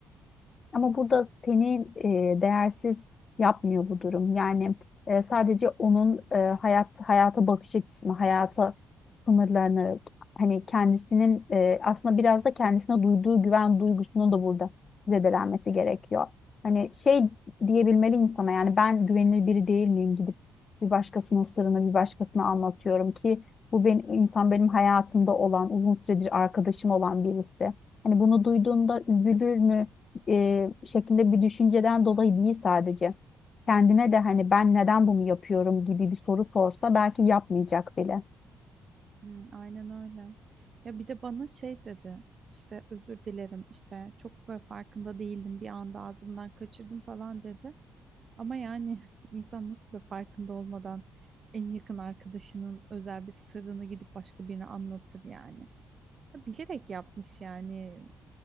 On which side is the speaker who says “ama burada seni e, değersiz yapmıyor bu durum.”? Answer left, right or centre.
Left